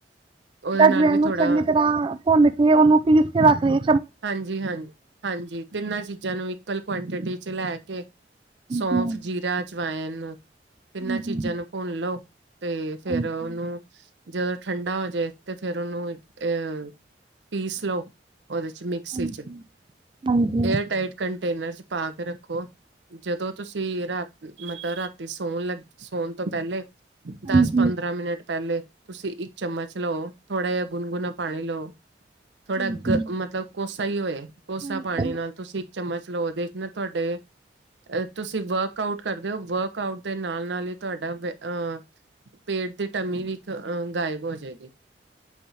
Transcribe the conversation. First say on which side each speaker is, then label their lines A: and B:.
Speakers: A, on the right; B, on the right.
A: ਉਹਦੇ
B: ਅਜਵਾਇਨ
A: ਨਾਲ ਵੀ
B: ਨੂੰ
A: ਥੋੜਾ
B: ਚੰਗੀ ਤਰ੍ਹਾਂ ਭੁੰਨ ਕੇ ਉਹਨੂੰ ਪੀਸ ਕੇ ਰੱਖਦੇ,
A: ਹਾਂਜੀ-ਹਾਂਜੀ-ਹਾਂਜੀ, ਤਿੰਨਾਂ ਚੀਜ਼ਾਂ ਚੀਜ਼ਾਂ ਨੂੰ ਇਕਅਲ ਕੁਆਂਟਿਟੀ ਚ ਲੈ ਕੇ, ਸੌਂਫ
B: ਹੂੰ,
A: ਜੀਰਾ ਅੱਜ ਵਾਇਨ ਨੂੰ,
B: ਹੂੰ,
A: ਤਿੰਨਾਂ ਚੀਜ਼ਾਂ ਨੂੰ ਭੁੰਨ ਲਓ ਤੇ ਫਿਰ
B: ਹਾਂਜੀ,
A: ਉਹਨੂੰ
B: ਹਾਂਜੀ,
A: ਜਦੋਂ ਠੰਡਾ ਹੋਜੇ ਤੇ ਫਿਰ ਉਹਨੂੰ ਅਹ ਪੀਸ ਲਓ। ਉਹਦੇ, ਮਿਕਸੀ
B: ਹਾਂਜੀ,
A: ਚ
B: ਹਾਂਜੀ,
A: ਏਅਰ
B: ਹਾਂਜੀ,
A: ਟਾਈਟ ਕਨ ਕਨਟੇਨਰ ਚ ਪਾ ਕੇ ਰੱਖੋ, ਜਦੋਂ ਤੁਸੀਂ ਰਾਤ ਮਤਲਬ ਰਾਤੀ ਸੌਣ ਲੱਗ ਸੌਣ ਤੋਂ ਪਹਿਲੇ
B: ਹਾਂਜੀ,
A: ਦਸ ਪੰਦਰਾਂ ਮਿੰਟ ਪਹਿਲੇ, ਤੁਸੀਂ ਇੱਕ ਚਮਚ ਲਓ, ਥੋੜ੍ਹਾ ਜਿਹਾ ਗੁਨਗੁਣਾ ਪਾਣੀ ਲਓ। ਥੋੜਾ
B: ਹਾਂਜੀ,
A: ਗ ਮਤਲਬ ਕੋਸਾ ਹੀ ਹੋਏ। ਕੋਸਾ
B: ਹਾਂਜੀ,
A: ਪਾਣੀ ਨਾਲ ਤੁਸੀਂ ਇੱਕ ਚਮਚ ਲਓ ਉਹਦੇ ਨਾ, ਤੁਹਾਡੇ ਤੁਸੀਂ ਵਰਕ ਆਊਟ ਕਰਦੇ ਹੋ ਵਰਕ ਆਊਟ ਦੇ ਨਾਲ ਨਾਲ ਹੀ ਤੁਹਾਡਾ ਅਹ ਪੇਟ ਦੀ ਟਮੀ ਵੀ ਅ ਗਾਇਬ ਹੋ ਜਾਏਗੀ।